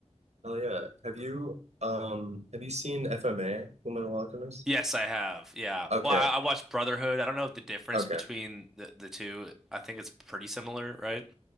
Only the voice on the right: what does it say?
Oh yeah. Have you um have you seen FMA, Full Metal Alchemist?
Okay,
okay.